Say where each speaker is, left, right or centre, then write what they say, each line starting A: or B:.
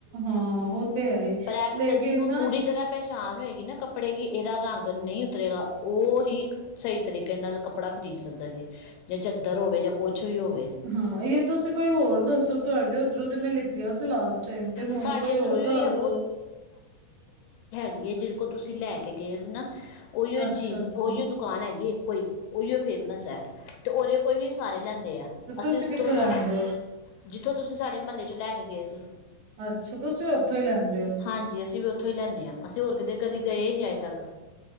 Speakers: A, on the right (about 70°); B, on the left (about 80°).
A: ਹਾਂ ਉਹ ਤੇ ਹੈ ਹੀ
B: ਪਰ ਇਹ ਕਿ
A: ਲੇਕਿਨ
B: ਤਾਂ ਜਿਹਨੂੰ ਪੂਰੀ ਤਰ੍ਹਾਂ ਪ ਪਰ ਸ਼ਾਨ ਹੋਏਗੀ ਨਾ ਕੱਪੜੇ ਕਿ ਇਹਦਾ ਰੰਗ ਨਹੀਂ ਉਤਰੇਗਾ ਉਹ ਹੀ ਸਹੀ ਤਰੀਕੇ ਨਾਲ ਕੱਪੜਾ ਖ਼ਰੀਦ ਸਕਦਾ ਜੇ-ਜੇ ਚਾਦਰ ਹੋਵੇ ਜਾਂ ਕੁਛ ਵੀ ਹੋਵੇ।
A: ਹਾਂ ਇਹ ਤੁਸੀਂ ਕੋਈ ਹੋਰ ਦੱਸੋ ਤੁਹਾਡੇ ਉਧਰੋਂ ਤੇ ਮੈਂ ਲਿੱਤੀਆਂ ਸੀ ਲਾਸਟ ਟਾਈਮ ਤੇ ਹੁਣ
B: ਸਾਡੇ
A: ਕੋਈ
B: ਇੱਧਰ
A: ਹੋਰ
B: ਉਹੀਓ
A: ਦੱਸ
B: ਹੀ ਹੈ
A: ਦੋ
B: ਜਿਹ ਕੋਲ ਤੁਸੀਂ ਲੈ ਕੇ ਗਏ ਸੀ ਨਾ ਉਹੀ
A: ਅੱਛਾ
B: ਚੀਜ਼
A: ਅੱਛਾ
B: ਉਹੀ ਉਹ ਦੁਕਾਨ ਹੈਗੀ ਕੋਈ ਉਹੀ ਫੇਮਸ ਹੈ ਤੇ ਉਹਦੇ ਕੋਲ ਹੀ ਸਾਰੇ ਲੈਂਦੇ ਆ
A: ਤੇ
B: ਅਸੀਂ
A: ਤੁਸੀ
B: ਉਸ
A: ਕਿੱਥੋਂ
B: ਤੋਂ ਇਲਾਵਾ
A: ਲੈਂਦੇ ਹੋ
B: ਜਿੱਥੋਂ ਤੁਸੀਂ ਸਾਡੇ ਮਹੱਲੇ ਚ ਲੈ ਕੇ ਗਏ ਸੀ
A: ਅੱਛਾ ਤੁਸੀ ਵੀ ਉੱਥੋਂ ਹੀ ਲੈਂਦੇ ਹੋ
B: ਹਾਂਜੀ ਅਸੀਂ ਵੀ ਉੱਥੋਂ ਹੀ ਲੈਂਦੇ ਹਾਂ ਅਸੀਂ ਹੋਰ ਕਿਤੇ ਕਦੀ ਗਏ ਹੀ ਨਹੀਂ ਅੱਜੇ ਤੱਕ